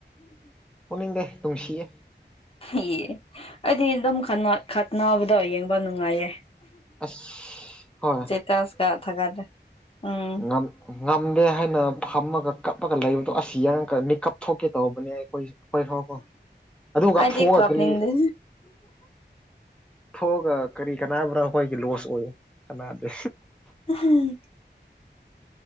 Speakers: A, in the centre; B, on the left.
A: ꯐꯨꯟꯅꯤꯡꯗꯦ ꯅꯨꯡꯁꯤꯌꯦ
B: ꯑꯩ ꯑꯩꯗꯤ ꯑꯗꯨꯝ ꯈꯠꯅꯕꯗꯣ ꯌꯦꯡꯕ ꯅꯨꯡꯉꯥꯏꯌꯦ
A: ꯑꯁ ꯍꯣꯏ
B: ꯁꯤꯇ ꯑꯁꯀ ꯊꯒꯗꯦ ꯎꯝ
A: ꯑꯝ ꯉꯝꯗꯦ ꯍꯥꯏꯅ ꯐꯝꯃꯒ ꯀꯞꯂꯒ ꯂꯩꯕꯗꯣ ꯑꯁꯤ ꯌꯦꯡꯉꯀ ꯃꯤꯀꯞ ꯊꯣꯛꯀꯦ ꯇꯧꯕꯅꯦ ꯑꯈꯣꯏꯁꯤ ꯍꯣꯏ ꯍꯥꯎ ꯍꯥꯎ ꯑꯗꯨꯒ
B: ꯑꯩꯗꯤ
A: ꯀꯥꯞꯊꯣꯛꯑꯒ
B: ꯀꯥꯞꯅꯤꯡꯗꯦ
A: ꯀꯔꯤ ꯊꯣꯛꯑꯒ ꯀꯔꯤ ꯀꯅꯥꯕ꯭ꯔꯥ ꯑꯩꯈꯣꯏꯒꯤ ꯂꯣꯁ ꯑꯣꯏ ꯀꯅꯥꯗ
B: ꯎꯝ